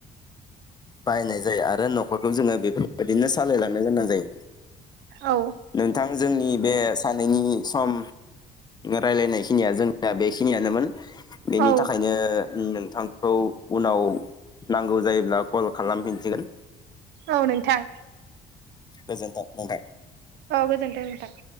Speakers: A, on the left (about 25°); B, on the right (about 80°).
A: बायनाय जायो आरो नखरखौ जोङो बे बेफोरबादिनो सालायलांनो गोनां जायो
B: औ
A: नोंथां जोंनि बे सानैनि सम रायलायनायखिनिया जोंनिया बे खिनियानोमोन बेनि
B: औ
A: थाखायनो नोंथां खौ उनाव नांगौ जायोब्ला कल खालामफिनसिगोन
B: औ नोंथां
A: गोजोनथों नोंथां।
B: औ गोजोनथों नोंथां।